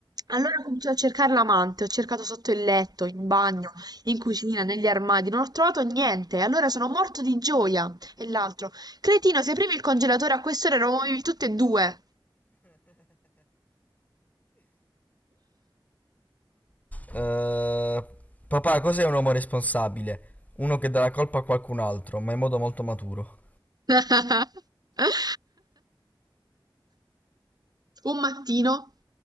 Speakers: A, on the right; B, on the left.
A: Allora ho cominciato a cercare l'amante, ho cercato sotto il letto, in bagno, in cucina, negli armadi, non ho trovato niente, allora sono morto di gioia. E l'altro. Cretino, se aprivi il congelatore a quest'ora eravamo tutti e due!
B: Eh, papà, cos'è un uomo responsabile? Uno che dà la colpa a qualcun altro, ma in modo molto maturo.
A: <laughs> Un mattino